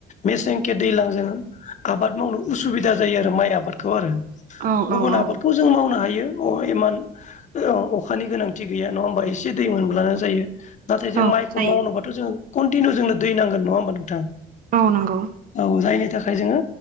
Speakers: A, on the left; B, on the right.
A: मेसेंखे दैज्लांजों आबाद मावनो उसुबिदा जायो आरो माइ आबादखौ आरो।
B: औ
A: गुबुन
B: औ औ
A: आबादखौ जों मावनो हायो। अ इमान अखानि गोनांथि गैया नङा होमबा एसे दै मोनब्लाना जायो दा नाथाय जों
B: औ
A: माइखौ
B: जायो
A: मावनोबाथ' जोङो कन्टिनिउ जोंनो दै नांगोन नङा होमबा नोंथां?
B: औ नंगौ।
A: औ जायनि थाखाय जोङो